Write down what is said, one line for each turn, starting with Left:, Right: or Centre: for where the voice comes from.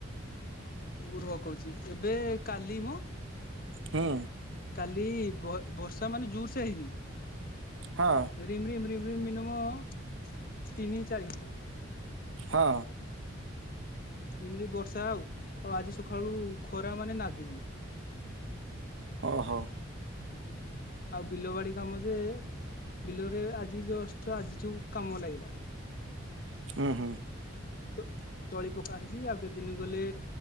Left: ଉର୍ହ କହୁଛି ଏବେ କାଲି ମ
Right: ହୁଁ।
Left: କାଲି ବ ବର୍ଷା ମାନେ ଜୁରସେ ହେଇନି।
Right: ହଁ।
Left: ରିମ ରିମ ରିମ ରିମ ମିିନିମମ୍ ତିନି ଚାରି ଘଣ୍ଟା।
Right: ହଁ।
Left: ଏମିତି ବର୍ଷା ଆଉ, ଆଉ ଆଜି ସକାଳୁ ଖରା ମାନେ ନାଦିକି।
Right: ଓହୋ।
Left: ଆଉ ବିଲ ବାଡି କାମ ଯେ, ବିଲରେ ଆଜି ଜଷ୍ଟ ଆଜିଠୁ କାମ ଲାଗିଲା।
Right: ହଁ ହଁ।
Left: ତ ତଳି ପକା ହେଇଛି ଆଉ କେ ଦିନ ଗଲେ